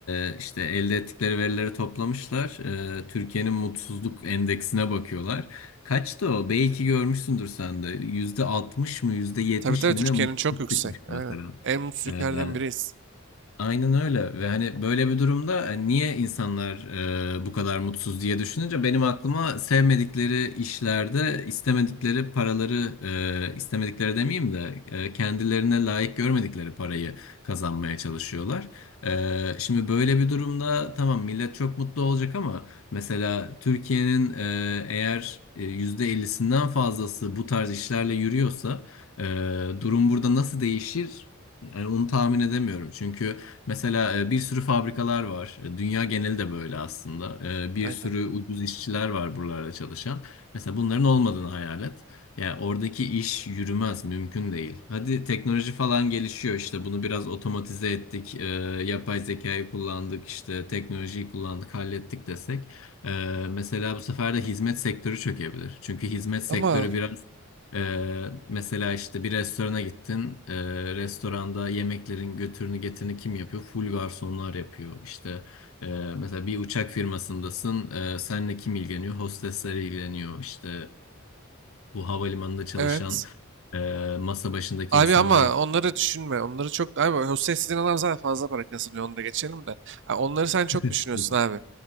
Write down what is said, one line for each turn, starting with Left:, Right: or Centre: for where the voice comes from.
Left: e, işte elde ettikleri verileri toplamışlar. E, Türkiye'nin mutsuzluk endeksine bakıyorlar. Kaçtı o? Belki görmüşsündür sen de. Yüzde altmış mı, yüzde yetmiş
Right: Tabii tabii
Left: mi
Right: Türkiye'nin
Left: ne mutsuzluk
Right: çok yüksek.
Left: çıkmış
Right: Aynen.
Left: mesela.
Right: En mutsuz
Left: Ee,
Right: ülkelerden
Left: Yani
Right: biriyiz.
Left: Aynen öyle ve hani böyle bir durumda hani niye insanlar e, bu kadar mutsuz diye düşününce benim aklıma sevmedikleri işlerde istemedikleri paraları e, istemedikleri demeyeyim de e, kendilerine layık görmedikleri parayı kazanmaya çalışıyorlar. E, şimdi böyle bir durumda tamam millet çok mutlu olacak ama mesela Türkiye'nin e, eğer e, %50'sinden fazlası bu tarz işlerle yürüyorsa e, durum burada nasıl değişir? Yani onu tahmin edemiyorum çünkü. Mesela e, bir sürü fabrikalar var. E, Dünya geneli de böyle aslında. E, Bir
Right: Aynen.
Left: sürü ucuz işçiler var buralarda çalışan. Mesela bunların olmadığını hayal et. Yani oradaki iş yürümez, mümkün değil. Hadi teknoloji falan gelişiyor işte bunu biraz otomatize ettik, e, yapay zekayı kullandık, işte teknolojiyi kullandık, hallettik desek. E, mesela bu sefer de hizmet sektörü çökebilir. Çünkü hizmet sektörü
Right: Ama
Left: biraz ee, mesela işte bir restorana gittin. Ee, restoranda yemeklerin götürünü getirini kim yapıyor? Full garsonlar yapıyor. İşte e, mesela bir uçak firmasındasın. Ee, seninle kim ilgileniyor? Hostesler ilgileniyor. İşte e, bu havalimanında çalışan
Right: evet.
Left: e, masa başındaki
Right: Abi
Left: insanlar
Right: ama onları düşünme. Onları çok... Abi Hüseyin sizin adam zaten fazla para kazanıyor. Onu da geçelim de. Ha, onları sen çok düşünüyorsun
Left: ilgileniyor.
Right: abi.